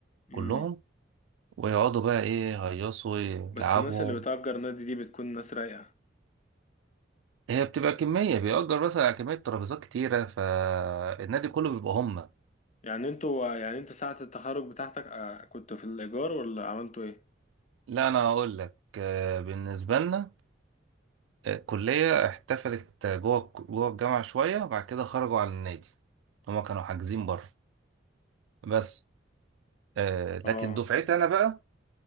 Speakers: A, on the left; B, on the right.
A: مم.
B: كلهم ويقعدوا بقى ايه يهيصوا يلعبوا
A: بس الناس اللي بتأجر نادي دي بتكون ناس رايقة
B: هي بتبقى كمية بيأجر مثلا على كمية ترابيزات كتيرة فالنادي كله بيبقى هم
A: يعني انتوا يعني انت ساعة التخرج بتاعتك آه، كنت في الإيجار ولا عملتوا ايه؟
B: لا أنا هقول لك آه، بالنسبة لنا آه، الكلية احتفلت جوه جوه الجامعة شوية وبعد كده خرجوا على النادي هما كانوا حاجزين بره بس آه، لكن
A: اه
B: دفعتي أنا بقى